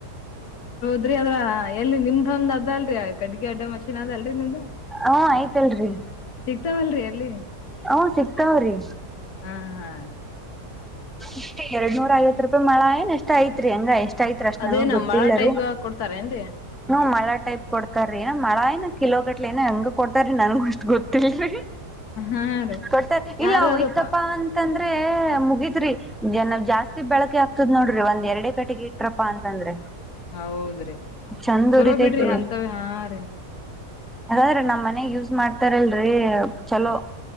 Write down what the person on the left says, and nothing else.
ಅ ಅದ್ರ ಎಲ್ಲಿ ನಿಮ್ದೊಂದ್ ಅದಲ್ರಿ. ಕಟ್ಟಿ ಅದ ಮಷಿನ್ ಆದದಲ್ರರಿ ನಿಮ್ದ
ಸಿಗ್ತಾವಲ್ರರಿ ಅಲ್ಲಿ.
ಹಾಹಾ.
ಅದೇನ
ಮಳ ಟೈಪ್ ಕೊಡ್ತಾರೇನ್ರಿ
ಹಾ ರೀ
ಯಾರು
ಅದಪ್ಪಾ
ಹೌದ್ರಿ
ಚಲೋ
ಬಿಡ್ರಿ ಅಂತವ ಹಾ ರೀ.